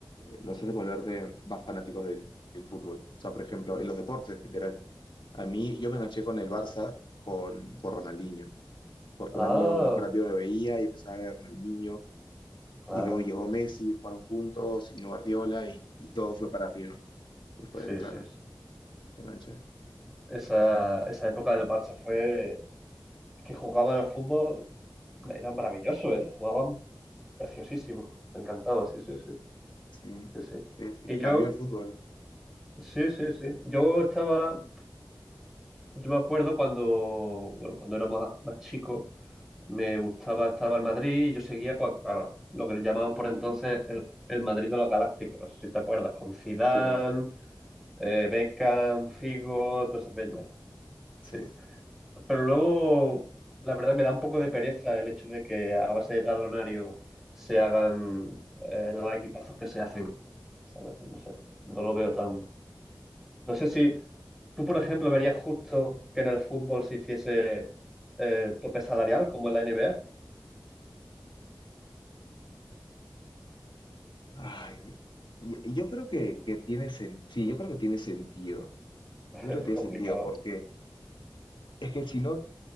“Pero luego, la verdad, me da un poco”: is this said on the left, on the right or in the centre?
Centre